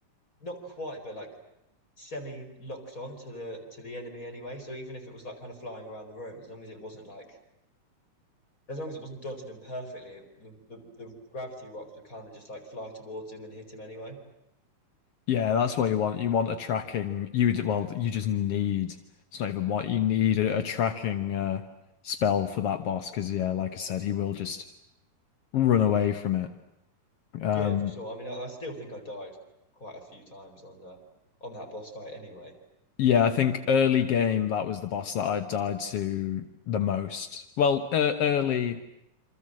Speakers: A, on the left; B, on the left.
A: not quite, but like semi locked on to the to the enemy anyway. So even if it was like kind of flying around the room, as long as it wasn't like as long as it wasn't dodging them perfectly, the the, the gravity rocks would kind of just like fly towards him and hit him anyway.
B: Yeah, that's what you want. You want a tracking. You d- well, you just need. It's not even what you need a, a tracking uh, spell for that boss because yeah, like I said, he will just run away from it. Um,
A: Yeah, for sure. I mean, I, I still think I died quite a few times on uh, on that boss fight anyway.
B: yeah, I think early game that was the boss that I died to the most. Well, uh, early